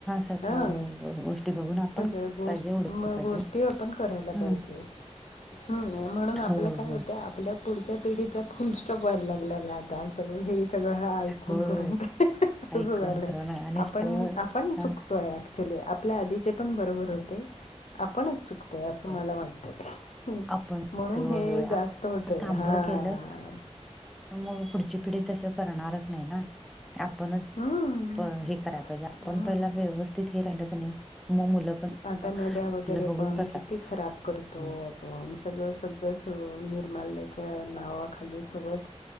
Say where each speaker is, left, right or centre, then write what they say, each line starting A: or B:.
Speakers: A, in the centre; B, on the left.
A: सगळ्या
B: हा,
A: गो- गोष्टी बघून आपण
B: सगळ्या गोष्ट,
A: पाहिजे उडवलं
B: म
A: पाहिजे
B: गोष्टी ओपन करायला
A: ना हम्म.
B: पाहिजे. हम म्हणून आपला
A: होय
B: काय
A: होय
B: होतं, आपल्या पुढच्या पिढीचा फुल स्टॉप व्हायला लागलेला आज. आता सगळ हे सगळं ऐकून
A: होय
B: करून ते, असं
A: ऐकून
B: झालंय
A: करून आणि
B: आपण,
A: सगळं
B: आपण
A: हा,
B: चुकतोय ऍक्चुली आपल्या आधीचे पण बरोबर होते. आपणच चुकतोय असं
A: होय.
B: मला वाटतय
A: आपण
B: म्हणून
A: ते- होय
B: हे
A: होय आपण
B: जास्त ते होतंय
A: थांबर
B: हा
A: केलं मग पुढची पिढी तसं करणारच नाही ना. आपणच
B: हम्म.
A: हे करायला पाहिजे, आपण
B: हम्म
A: पहिला व्यवस्थित हे राहिलं कणी मग मुलं पण
B: आता नद्या वगैरे
A: आपलं बघून
B: पण
A: करतात
B: किती खराब करतो.
A: हम्म.
B: पण सगळं, सगळंच निर्मल्याच्या नावाखाली सगळंच